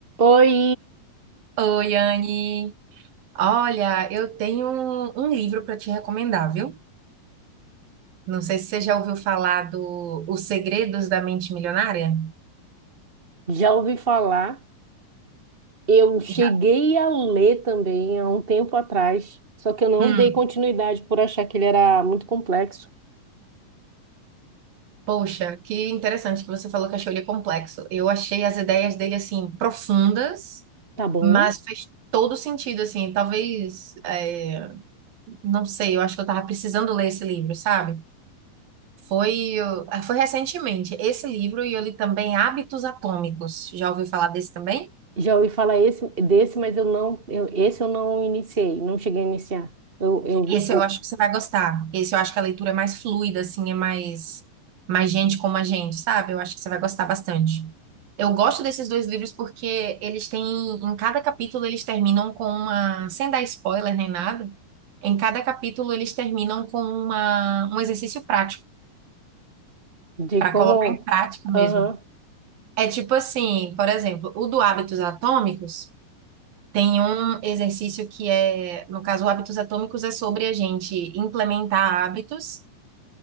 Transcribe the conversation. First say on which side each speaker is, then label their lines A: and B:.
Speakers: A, on the right; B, on the right.
A: Oi,
B: Oi, Anne. Olha, eu tenho um, um livro para te recomendar, viu? Não sei se você já ouviu falar do Os Segredos da Mente Milionária.
A: já ouvi falar. Eu cheguei
B: Já.
A: a ler também há um tempo atrás, só que eu não
B: Hum,
A: dei continuidade por achar que ele era muito complexo.
B: poxa, que interessante que você falou que achou ele complexo. Eu achei as ideias dele assim profundas,
A: Tá bom?
B: mas fez todo sentido assim. Talvez, é, não sei, eu acho que eu tava precisando ler esse livro, sabe? Foi, eu- foi recentemente esse livro e eu li também Hábitos Atômicos. Já ouviu falar desse também?
A: Já ouvi falar esse, desse, mas eu não, eu, esse eu não iniciei, não cheguei a iniciar. Eu, eu,
B: Esse
A: eu-
B: eu acho que você vai gostar. Esse eu acho que a leitura é mais fluida, assim, é mais, mais gente como a gente, sabe? Eu acho que você vai gostar bastante. Eu gosto desses dois livros porque eles têm, em cada capítulo eles terminam com uma, sem dar spoiler nem nada, em cada capítulo eles terminam com uma, um exercício prático,
A: de
B: para
A: como,
B: colocar em prática mesmo.
A: aham,
B: É tipo assim, por exemplo, o do Hábitos Atômicos tem um exercício que é, no caso, o Hábitos Atômicos é sobre a gente implementar hábitos